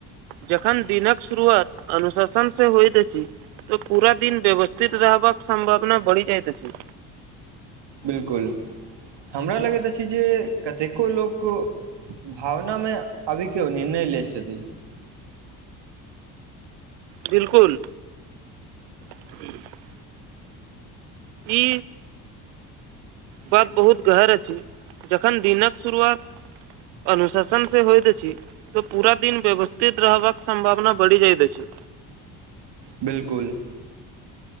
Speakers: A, on the right; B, on the right.
A: जखन दिनक शुरुआत अनुशासन से होत अछी तऽ पूरा दिन व्यवस्थित रहबाक सम्भावना बढ़ि जाइत अछि
B: बिलकुल हमरा लगैत अछि जे कतेको लोक भावना मे अबी केओ निणय लै छथि
A: बिलकुल <inaudible> <inaudible> ई बाद बहुत गहर अछि जखन दिनक शुरुआत अनुशासन से होइत अछि तऽ पूरा दिन व्यवस्थित रहबाक सम्भावना बढ़ि जाइत अछि
B: बिलकुल